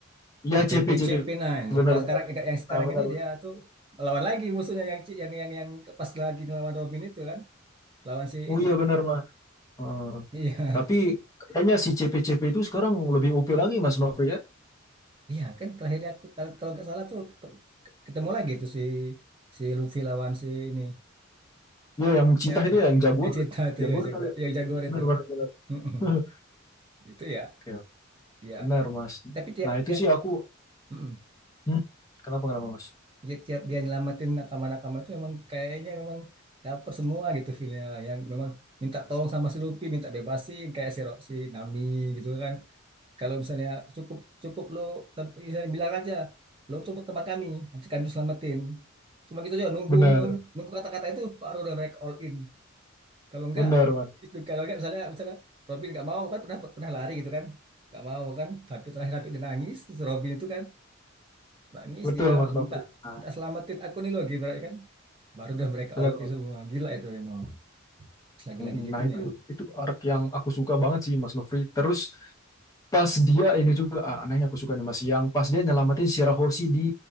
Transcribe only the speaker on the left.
Iya
CP
CP.
Benar
benar.
Nah, benar.
Oh
iya benar Mas. Hmm.
Tapi kayaknya si CP-CP itu sekarang lebih OP lagi Mas Nofri ya.
Iya yang Citah
itu
ya yang Jaguar.
Jaguar
kali ya.
Benar benar benar.
<laughs>
Oke,
benar Mas.
Nah, itu
sih aku
Hmm, kenapa kenapa Mas?
Benar,
benar Mas.
Betul
Mas Nofri.
Nah,
benar
Mas.
Mm,
Nah, itu itu arc yang aku suka banget sih Mas Nofri. Terus pas dia ini juga ah, nah ini aku suka nih Mas yang pas dia nyelamatin Shirahoshi di